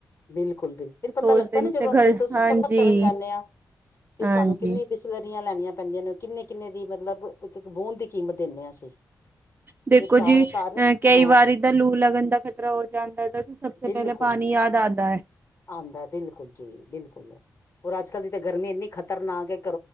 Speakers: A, on the left; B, on the right.
A: ਬਿਲਕੁਲ, ਬਿਲਕੁਲ। ਫਿਰ
B: ਤੇ ਸੋਚਦੇ
A: ਪਤਾ ਲੱਗਦਾ ਨਾ
B: ਨੀ
A: ਜਬ
B: ਤੇ ਘਰ
A: ਜਦੋਂ ਤੁਸੀਂ
B: ਹਾਂਜੀ
A: ਅਸੀਂ ਸਮ ਬਤ ਕਰਨ ਜਾਂਦੇ ਆਂ, ਫਿਰ
B: ਹਾਂਜੀ
A: ਸਾਨੂੰ ਕਿੰਨੀ ਬਿਸਲਰੀਆਂ ਲੈਣੀਆਂ ਪੈਂਦੀਆਂ ਨੇ। ਕਿੰਨੇ ਕਿੰਨੇ ਦੀ ਮਤਲਬ ਇੱਕ ਇੱਕ ਬੂੰਦ ਦੀ ਕੀਮਤ ਦਿੰਨੇ ਆਂ ਅਸੀਂ।
B: ਦੇਖੋ
A: ਤੇ ਘਰ
B: ਜੀ,
A: ਘਰ
B: ਐ ਕਈ
A: ਹਾਂ
B: ਵਾਰੀ ਤਾਂ ਲੂ ਲੱਗਣ ਦਾ ਖ਼ਤਰਾ ਹੋ ਜਾਂਦਾ ਤਾ ਤੇ ਸਭਸੇ
A: ਬਿਲਕੁਲ
B: ਪਹਿਲੇ ਪਾਣੀ ਯਾਦ ਦਾ ਆਂਦਾ ਐ।
A: ਆਉਂਦਾ ਏ, ਬਿਲਕੁਲ ਜੀ ਬਿਲਕੁਲ, ਹੋਰ ਅੱਜ ਕੱਲ ਦੀ ਤਾਂ ਗਰਮੀ ਇੰਨੀ ਖਤਰਨਾਕ ਏ